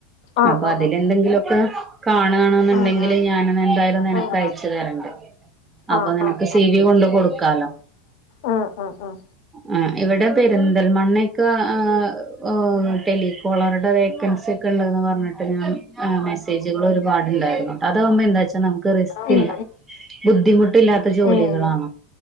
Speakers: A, on the left; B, on the right.
A: ആഹ്
B: അപ്പ
A: ആഹ്
B: അതിലെന്തെങ്കിലൊക്കെ
A: ആഹ്
B: കാണണ്ന്ന്ണ്ടെങ്കില്
A: ഉം
B: ഞാനെന്തായാലും നിനക്ക്
A: ഉം
B: അയച്ച് തരണ്ട് അപ്പ
A: ആഹ്
B: നിനക്ക്
A: ആഹ്
B: സി വി കൊണ്ട് കൊടുക്കാലോ
A: ഉം ഉം ഉം
B: ആ ഇവടെ പെരുന്തൽമണ്ണെക്കെ ആ ഹ് ഓ ടെലികോളറടെ വേക്കൻസി ക്കണ്ടന്ന് പറഞ്ഞിട്ട് ഞാൻ ആ മെസ്സേജുകള് ഒരുപാട്ണ്ടായിരുന്നു അതാവുമ്പോ എന്താച്ചാ നമുക്ക് റിസ്കില്ല
A: ഉം
B: ബുദ്ധിമുട്ടില്ലാത്ത ജോലികളാണ്
A: ഉം ഉം